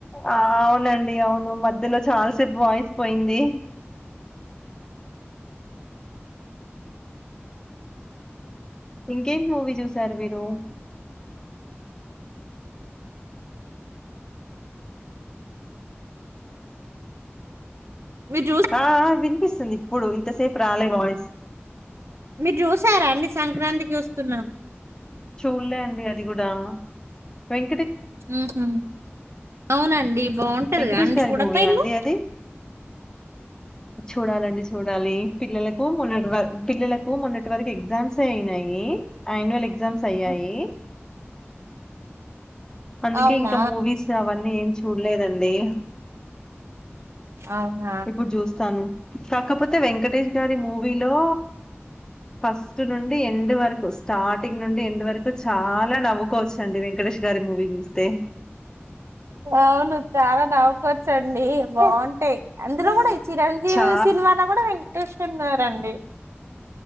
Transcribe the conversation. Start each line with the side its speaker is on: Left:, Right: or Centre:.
Left: ఆహ్ అవునండి అవును మధ్యలో చాలాసేపు వాయిస్ పోయింది ఇంకేం మూవీ చూసారు మీరు
Right: మీరు చూస్
Left: ఆహ్ ఆహ్ వినిపిస్తుంది ఇప్పుడు ఇంతసేపు రాలే వాయిస్ <inaudible>
Right: మీరు జూసారా అండి సంక్రాంతికి వస్తున్నాం
Left: చూలేే అండి అది కూడా వెం
Right: ఊహు అవునండి బాగుంటది
Left: వెంకటేష్
Right: గాని
Left: గారి
Right: చూడపోయిండ్లు
Left: మూవీయా అండి అది? చూడాలండి చూడాలి పిల్లలకు మొన్నటి వరకు పిల్లలకు మొన్నటి వరకు ఎగ్జామ్స్ అయినయి యాన్యువల్ ఎగ్జామ్స్ సయ్యాయి
Right: ఆ
Left: అందుకె
Right: అవునా
Left: ఇంక మూవీస్ అవన్నీ ఏం చూడలేదండి
Right: అవునా
Left: ఇప్పుడు జూస్తాను కాకపోతే వెంకటేష్ గారి మూవీలో ఫస్ట్ నుండి ఎండ్ వరకు స్టార్టింగ్ నుండి ఎండ్ వరకు చాలా నవ్వుకోవచ్చండి వెంక్ వెంకటేష్ గారి మూవీ జూస్తే
Right: అవును చాలా నవవుకోవచ్చండి బాగుంటయి అందులో గూ చిరంజీవి
Left: చా
Right: సినిమాలో కూడా వెంకటేష్ ఉన్నారండి